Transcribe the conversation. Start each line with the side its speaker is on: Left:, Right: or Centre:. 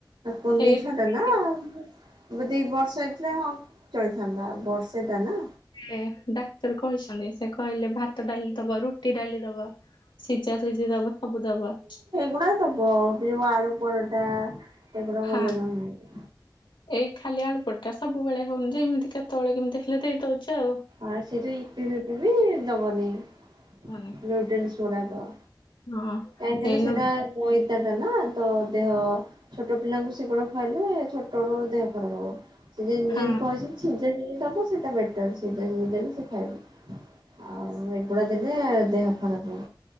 Right: କୁନି
Left: ହେଇ
Right: ଛୁଆ
Left: ରୁଟି
Right: ଟା ନା ଦି ବର୍ଷ ହେଇଥିଲେ ହଁ ଚଳିଥାନ୍ତା, ବର୍ଷେ ଟା ନା
Left: ଏ ଡାକ୍ତର କହିଛନ୍ତି, ସେ କହିଲେ ଭାତ, ଡାଲି ଦବ, ରୁଟି ଡାଲି ଦବ। ସିଜା ସିଯି ଦବ ସବୁ ଦବ।
Right: ସେଗୁଡା ଦବ, ସେ ଯୋଉ ଆଳୁ ପରଟା ସେଗୁଡା ଭଲ
Left: ହଁ
Right: ନୁହେଁ।
Left: ଏଇ ଖାଲି ଆଳୁ ପରଟା ସବୁବେଳେ ହଉନି ଯେ ଏମିତି କେତେବେଳେ କେମିତି ହେଲେ ଦେଇ ଦଉଛି ଆଉ।
Right: ଆଁ ସେଯୋଉ ଇପି ଫିପି ବି ଦବନେଇ ନୁଡୁୁଲସ
Left: ହଉନି।
Right: ଗୁଡାକ।
Left: ହଁ।
Right: କାହିଁକି
Left: ହେଇ
Right: ନା ସେଟା
Left: ନୁ
Right: ମଇତାଟା ନା ତ ଦେହ ଛୋଟ ପିଲାଙ୍କୁ ସେଗୁଡା ଖୁଆଲେ ଛୋଟ ରୁ ଦେହ ଖରାପ ହବ। ସେ ଜେନ୍
Left: ହଁ
Right: ଯେନ୍ କହିଚନ୍ତି ସିଝା ଶିଯି ଦବ ସେଇଟା ବେଟର ସିଝା ସିଝି ଦେଲେ ସେ ଖାଇବ। ଆଉ ଏଗୁଡା ଦେଲେ ଦେହ ଖରାପ ହବ।